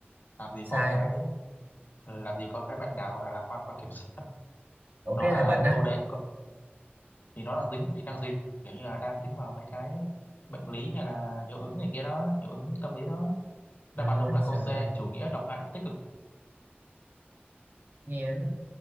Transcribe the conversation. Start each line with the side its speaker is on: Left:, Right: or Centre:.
Left: Làm gì có
Right: Sai
Left: cái
Right: á.
Left: ờ, làm gì có cái bệnh nào gọi là lạc quan quá kiểm soát.
Right: Ủa
Left: nó
Right: cái
Left: là
Right: là bệnh á.
Left: câu đệ cậu- thì nó đang dính thì đang dính kiểu như là đang dính vào mấy cái bệnh lý hay là hiệu ứng này kia đó hiệu ứng tâm lý đó đáp
Right: Rồi,
Left: án đúng là câu
Right: trời
Left: C
Right: ơi.
Left: chủ nghĩa độc hại tích cực
Right: Nghe nó...